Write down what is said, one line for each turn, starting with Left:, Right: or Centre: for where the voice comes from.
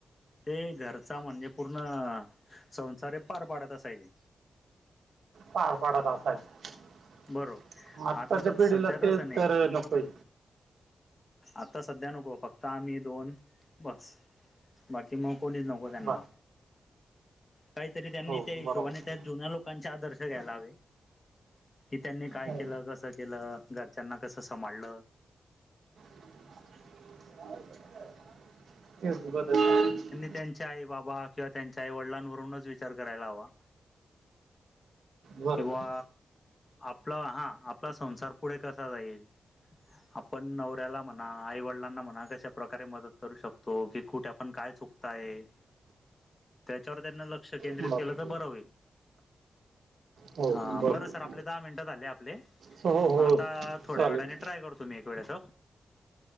Left: ते घरचा म्हणजे पूर्ण संसार पार पाडत असायचे.
Right: पार पाडत असायच
Left: बरोबर
Right: आत्ताच्या
Left: आताच
Right: पिढीला
Left: सध्या
Right: ते
Left: तसं नाही
Right: तर नकोय.
Left: आता सध्या नको फक्त आम्ही दोन बस. बाकी मग कोणीच नको त्यांना.
Right: बर
Left: काहीतरी त्यांनी
Right: हो
Left: त्या हिशोबाने
Right: बरोबर
Left: त्या जुन्या लोकांचे आदर्श घ्यायला हवे. कि त्यांनी काय
Right: हो
Left: केलं कसं केलं घरच्यांना कसं संभाळलं
Right: <unintelligible>
Left: त्यांच्या आई बाबा किंवा त्यांच्या आई वडिलांवरूनच विचार करायला हवा.
Right: बरोबर
Left: कींवा आपल हा आपला संसार पुढे कसा जाईल आपण नवऱ्याला म्हणा आईवडिलांना म्हणा कशा प्रकारे मदत करू शकतो की कुठे आपण काय चुकतो ताय <unintelligible> त्याच्यावर त्यांना लक्ष केंद्रित
Right: बरोबर
Left: केलं तर बरं होईल.
Right: हो
Left: हा
Right: बरोबर
Left: बरं सर आपले दहा मिनिटं झाले
Right: सो हो हो
Left: आता थोड्या
Right: चालेल
Left: वेळाने ट्राय करतो मी एक वेळेस